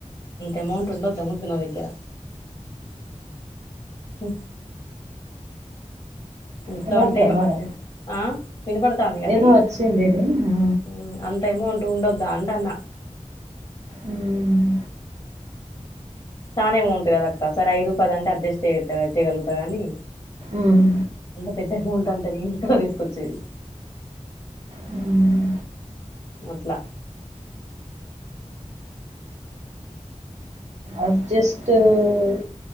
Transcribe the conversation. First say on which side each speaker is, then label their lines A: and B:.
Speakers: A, on the left; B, on the right.
A: ఏమోంటుండొద్దా ఉండొద్ద ముద్దు నా దగ్గర హు. ఇంట్లో
B: వినపడుతుందారా?
A: అంటే వద్దె ఆ వినపడుతాంది కనీ
B: ఏదో వచ్చింది ఇది. ఆ!
A: ఉమ్ అంతేఎమోటు. టుండోదాంటన్న.
B: ఉమ్.
A: ఛానెమోంటూ గద అక్క సరె ఐదు పదంటే అజ్జేస్ చేత్తగ చేయగలుగుత గనీ.
B: ఉమ్.
A: పెద్దగా ఉంటాంటే నేను ఇక్కడ తీసుకొచ్చేది.
B: హ్మ్.
A: అట్లా.
B: అడ్జస్టు ఊ.